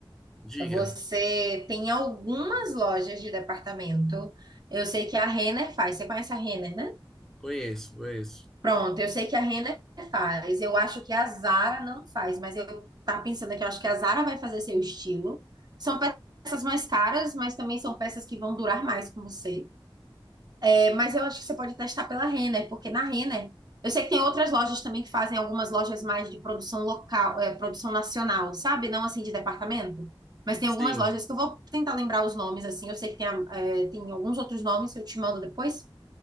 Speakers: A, in the centre; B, on the right.
A: diga,
B: Você tem algumas lojas de departamento. Eu sei que a Renner faz. Você conhece a Renner, né?
A: conheço, conheço.
B: Pronto, eu sei que a Renner faz. Eu acho que a Zara não faz, mas eu tava pensando aqui, eu acho que a Zara vai fazer seu estilo. São peças mais caras, mas também são peças que vão durar mais com você. É, mas eu acho que você pode testar pela Renner, porque na Renner, eu sei que tem outras lojas também que fazem algumas lojas mais de produção local, é, produção nacional, sabe? Não assim de departamento. Mas tem
A: Sim.
B: algumas lojas que eu vou tentar lembrar os nomes, assim. Eu sei que tem, a- é, tem alguns outros nomes, eu te mando depois.